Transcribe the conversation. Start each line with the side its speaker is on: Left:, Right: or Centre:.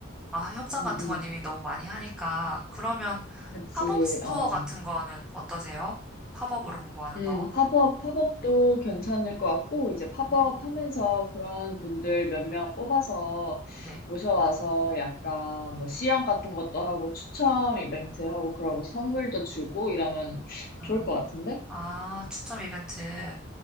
Centre: 아, 협상
Left: 응응.
Centre: 같은 건 이미 너무 많이 하니까 그러면
Left: 그치,
Centre: 팝업 스토어
Left: 어.
Centre: 같은 거는 어떠세요? 팝업으로 홍보하는
Left: 음,
Centre: 거?
Left: 팝업, 팝업도 괜찮을 것 같고, 이제 팝업
Centre: 네,
Left: 하면서 그런 분들 몇 명 뽑아서
Centre: 네.
Left: 모셔와서 약간 뭐 시연 같은 것도 하고 추첨 이벤트 하고 그러고 선물도 주고 이러면
Centre: 아,
Left: 좋을 것 같은데?
Centre: 아, 추첨 이벤트.